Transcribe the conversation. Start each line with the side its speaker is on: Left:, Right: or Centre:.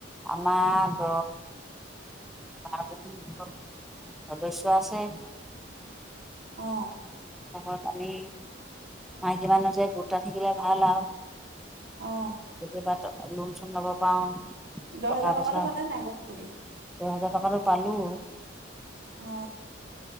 Centre: আমাৰ দ বাৰ দিন সদস্য আছে।
Right: অ',
Centre: তপত আমি মাইকীমানুহ যে গোটত থাকিলে ভাল আৰু
Right: অ
Centre: কেতিয়াবা লোন চোন লব পাও
Right: দহ
Centre: টকা
Right: হাজাৰ টকাটো
Centre: পইচা
Right: পালে নাই গছ পুলি
Centre: দহ হেজাৰ টকাটো পালো।
Right: অ